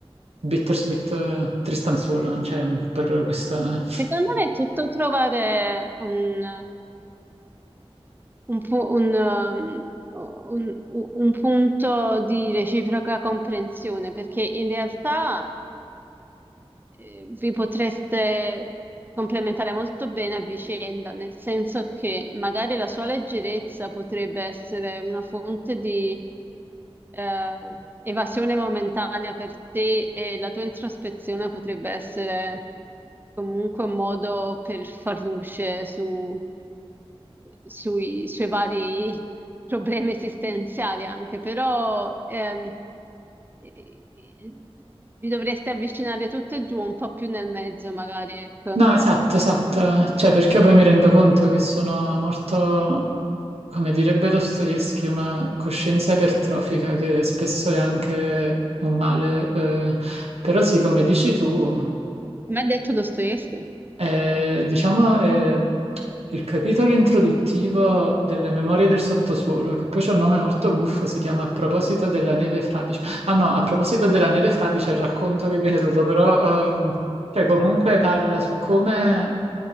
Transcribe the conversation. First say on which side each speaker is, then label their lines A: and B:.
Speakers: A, on the right; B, on the right.
A: bittersweet, eh, tristanzuolo, cioè, per questa...
B: Secondo me è tutto trovare un un, pu- un, um, un- un punto di reciproca comprensione, perché in realtà eh, vi potreste complementare molto bene a vicenda, nel senso che magari la sua leggerezza potrebbe essere una fonte di eh, evasione momentanea per te e la tua introspezione potrebbe essere comunque un modo per far luce su sui suoi vari <laughs> problemi esistenziali anche, però ehm, eh, vi dovreste avvicinare tutte e due un po' più nel mezzo, magari, ecco.
A: No, esatto, esatto, cioè, perché poi mi rendo conto che sono molto, come direbbe Dostoevsky, una coscienza ipertrofica che spesso è anche un male, eh, però sì, come dici tu...
B: Come ha detto Dostoevsky,
A: Eh, diciamo, eh, il capitolo introduttivo delle Memorie del sottosuolo, che poi c'è un nome molto buffo, si chiama A proposito della neve fradicia Ah no, a proposito della neve fra, c'è il racconto che viene dopo, però ehm, cioè, comunque parla su come